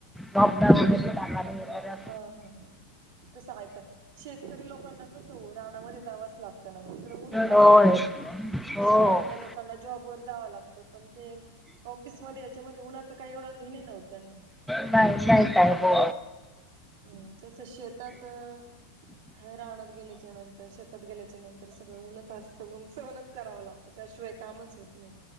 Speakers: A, in the centre; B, on the right.
A: लबदा आ
B: आपण हा हा हा तसं आहेय पण शेतकरी लोकांना कसं हो रानामध्ये जावंच लागतं ना म्हणज तिकडे ऊनच असतं
A: होय हो
B: शहातल्या
A: हा.
B: लोक लोकांना जॉब वर जावं लागतं पण ते ऑफिसमध्ये याच्यामध्ये उन्हाच काही एवढं नाही नव्हत त्यांना
A: बाय शल काय हो
B: हम् तस शेतात राहणत गेल्याच्या नंतर शेतात गेल्याच्या नंतर सगळं ऊनच असतं ऊन सहनच करावं लागतं त्याशिवाय कामच होत नाही